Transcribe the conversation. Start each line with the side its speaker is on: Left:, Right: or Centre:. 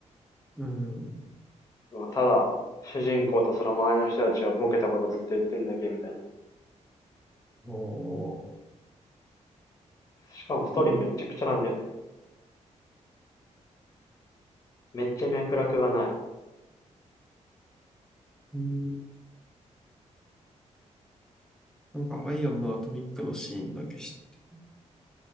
Centre: う。うん。
Left: まあただ主人公とその周りの人たちがボケたことをずっと言ってるだけみたいな。
Centre: ああ、
Left: しかもストーリーめっちゃくちゃなんだよね。
Centre: うん。
Left: めっちゃ脈絡がない。
Centre: うんなんか、アイアムアトミックのシーンだけ知って。